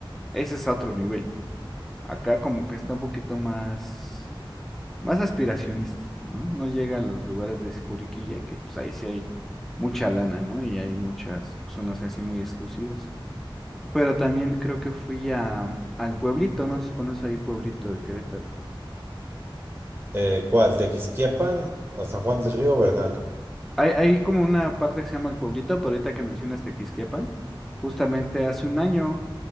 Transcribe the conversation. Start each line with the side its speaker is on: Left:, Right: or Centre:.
Centre: ese es a otro nivel. Acá como que está un poquito más. más aspiracionista, ¿no? No llega a los lugares de Juriquilla, que pues ahí sí hay mucha lana, ¿no? Y hay muchas zonas así muy exclusivas. Pero también creo que fui a, al pueblito, ¿no? ¿Se conoce ahí pueblito de Querétaro?
Right: Eh, ¿cuál? ¿Tequisquiapan o San Juan del Río o Bernal?
Centre: Hay, hay como una parte que se llama el pueblito, pero ahorita que mencionas Tequisquiapan, justamente hace un año,